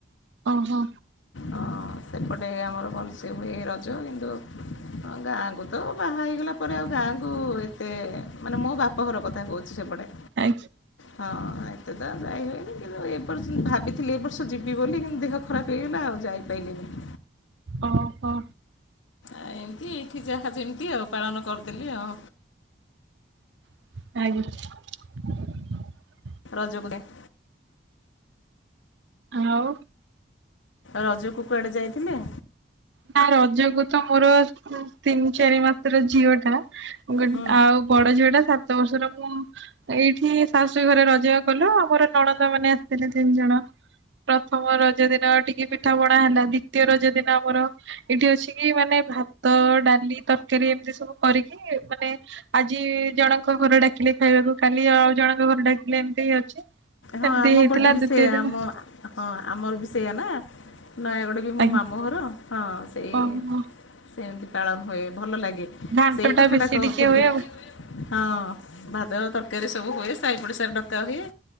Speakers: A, on the right; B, on the left.
A: ଓ ହୋ।
B: ହଁ। ସେପଟେ ଆମର ଭଲସେ ହୁଏ ରଜ କିନ୍ତୁ ତାପରେ ଆଉ ଗାଁକୁ ଏତେ ମାନେ ମୋ ବାପ ଘର କଥା କହୁଛି ସେପଟେ।
A: ଆ
B: ହଁ। ସେତେ ତ ଯାଇ ହଏନି କିନ୍ତୁ ଏର୍ଷ ଭାବିଥିଲି ଯିବି ବୋଲି ଦେହ ଖରାପ ହେଇଗଲା କିନ୍ତୁ ଯାଇପାରିବିନି। <inaudible>
A: ଓହୋ।
B: ଆ ଏମତି ଏଇଠି ଯାହା ଯେମିତି ଆଉ ପାଳନ କରିଦେଲି ଆଉ
A: ଆଜ୍ଞା।
B: ରଜ କୁ ଡାକ
A: ଆଉ
B: ରଜକୁ କୁଆଡେ ଯାଇଥିଲେ?
A: ନା ରଜକୁ ତ ମୋର ତିନି ଚାରି ମାତ୍ର ଝିଅ ଟା
B: ହଁ।
A: ଆଉ ବଡ ଝିଅ ଟା ସାତ ବର୍ଷର ମୁଁ ଏଇଠି ବାସ୍ ସେ ଘରେ ରଜ କଲୁ ଆମର ନଣନ୍ଦା ମାନେ ଆସିଥିଲେ, ତିନି ଜଣ ପ୍ରଥମ ରଜ ଦିନ ଟିକେ ପିଠା ପଣା ହେଲା, ଦୁଇତୀୟ ରଜ ଦିନ ଆମର ମିଶିକି ମାନେ ଭାତ ଡାଲି ତରକାରୀ ଏମିତି ସବୁ କରିକି ମାନେ ଆଜି ଜଣଙ୍କ ଘର ଡାକିଲେ ଖାଇବାକୁ କ ଖାଲି ଆଉ ଜଣଙ୍କ ଘରେ ଡାକିଲେ ଏମିତି ଅଛି।
B: ହଁ
A: ସେମିତି
B: ଆମ
A: ହେଇଥିଲା
B: ପଟେ ବି
A: ଦ୍ଵିତୀୟ
B: ସେଇୟା,
A: ଦିନ
B: ଆମ ହଁ ଆମର ବି ସେଇୟଆ ନା ନୟାଗଡ଼ ବି ମୋ
A: ଆଜ୍ଞା
B: ମାମଁ ଘର ହଁ ସେଇ
A: ଓହୋ
B: ସେମିତି ପାଳନ ହୁଏ ଭଲ ଲାଗେ।
A: ଘାଣ୍ଟ
B: ସେଇ କଥା
A: ବେଶୀ
B: ଟା କହୁଥିଲି
A: ଟିକେ ହୁଏ ଆଉ
B: ହଁ। ଭାତ ତରକାରୀ ସବୁ ହୁଏ, ସାଇପଡ଼ିଶା ଡକା ହୁଏ।